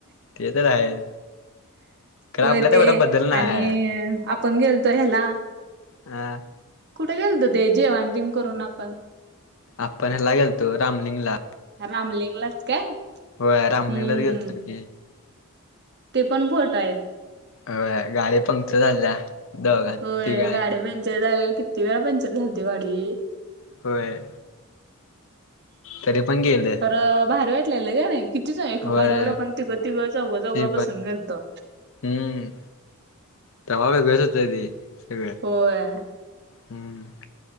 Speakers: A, on the left; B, on the right.
A: ते तरच आहे? खरं
B: होय,
A: आपल्या
B: ते
A: तेवढा बदल नाय.
B: आणि आपण गेलतो ह्याला.
A: हा,
B: कुठे गेल तर ते जेवा अ तिम करून आपण
A: आपण ह्या लागेल तो रामलिंगला,
B: रामलिंगलाच काय?
A: होय रामलिंगलाच
B: हम्म
A: गेेलतो की.
B: ते पण भोट आहेत.
A: अ वय गाडी पंक्चर झाल्या. दोघां
B: होय
A: तिघां
B: गाडी पंचर झालेली, किती वेळा पंचर झालती गाडी.
A: होय तरी पण गेलं
B: खरं भारी वाटलेलं क नाही. कितीच एका
A: होय
B: गाडीवर आपण तीग तीग चौग चौग
A: ते
B: बसून
A: पण
B: गेलतो.
A: हम्म,, तवा वेगळच हुतं ते सगळं.
B: होय
A: हम्म.